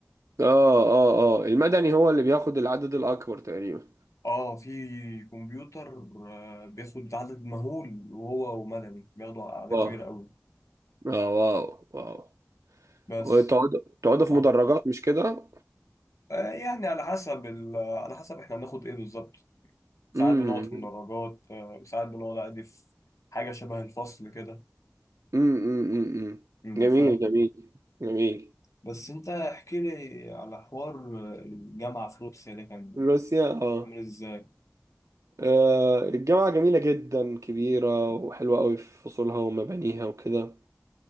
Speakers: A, on the right; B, on the left.
A: اه اه اه المدني هو اللي بياخد العدد الاكبر تقريبا
B: اه في كمبيوتر آه، بياخد عدد مهول وهو ومدني بياخدوا اعداد
A: واو
B: كبيره قوي
A: اه واو واو
B: بس
A: وتقعدوا تقعدوا في
B: اه
A: مدرجات مش كده
B: آه، يعني على حسب ال... على حسب احنا بناخد ايه بالظبط ساعات
A: امم
B: بنقعد في مدرجات آه، ساعات بنقعد عادي في حاجة شبه الفصل كده
A: امم امم أمم.
B: انت
A: جميل
B: فاهم
A: جميل جميل
B: بس انت احكي لي على حوار آه، الجامعة في روسيا ده كان
A: روسيا اه
B: عامل ازاي
A: آه، الجامعة جميلة جدا كبيرة وحلوة قوي في فصولها ومبانيها وكده